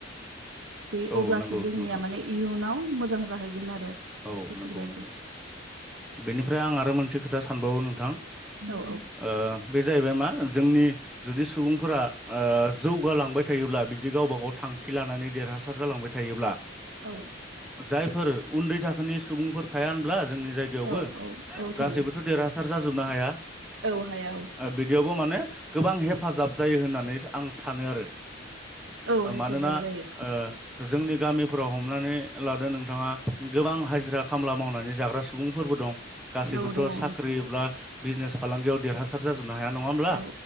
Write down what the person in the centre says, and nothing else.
औ
नंगौ
नोंथां
औ
नंगौ नंगौ बेनिफ्राय आं आरो मोनसे खोथा सानबावो नोंथां
ओ बे जाहैबाय मा ओ जोंनि जुदि सुबुंफोरा ओ जौगालांबाय थायोब्ला बिदि गावबा गाव थांखि लानानै देरहासार जालांबाय थायोब्ला
जायफोर उन्दै थाखोनि सुबुंफोर थाया होनब्ला जोंनि जायगायावबो
गासैबोथ' देरहासार जाजोबनो हाया
<inaudible> आ बिदिआवबो माने गोबां हेफाजाब जायो होननानै आं सानो आरो
ओ
मानोना
ओ जोंनि गामिफोराव हमनानै लादो नोंथाङा गोबां हाजिरा खामला मावनानै जाग्रा सुबुंफोरबो दं गासैबोथ'
साख्रिब्ला बिजनेस फालांगियाव देरहासार जाजोबनो हाया नङा होमब्ला